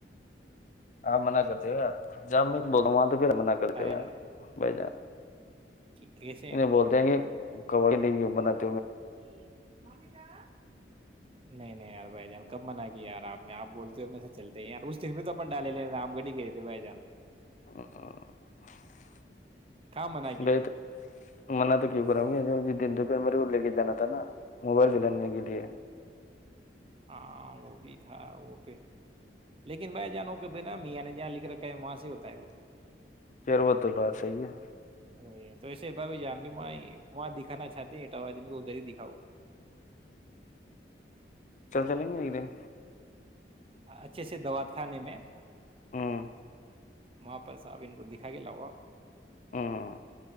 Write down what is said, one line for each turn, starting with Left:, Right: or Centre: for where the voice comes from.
Left: ہاں من کرتی جام بد مات پھر منع کرتے
Right: ارے
Left: ہوئے
Right: ن-
Left: بھائی جان
Right: کی- کیسے
Left: انیں بولتے ہیں کہ ک بنات
Right: می مم کا نہیں نہیں یار بھائی جان کب مننا کیا یار آپ آپ بولتے ہو میں سے چلتے ہیں ار اس دن پہ تو اپن ڈالے لےتے آپ گڑی گئے تھے بھائی جان
Left: <inaudible>
Right: کہاں منع کی
Left: ب
Right: تھی
Left: تو من تو کی بؤ گ ج دن تو پھر میرے کو لے کے جانا تھا نا موبائل دلانے کے لیے
Right: ہاں وہ بھی تھا وہ پھر لیکن بھائی جانو کہ ب ن م نے جہاں لکھ رکھا ہے وہاں سے ہوتا ہے وہ
Left: کر وہ تو بات صحی ہے
Right: وہی ہے تو ایسے ب جان بھی وہاں دکھانا چاہتی اٹاوا دن کو ادھر ہی دکھاؤ
Left: چل چلیں گے ایک دن
Right: اچھے سے دات کھانے میں
Left: ہوں
Right: وہاں پر صاحب ان کو دکھا گ لاؤو آپ
Left: ہوں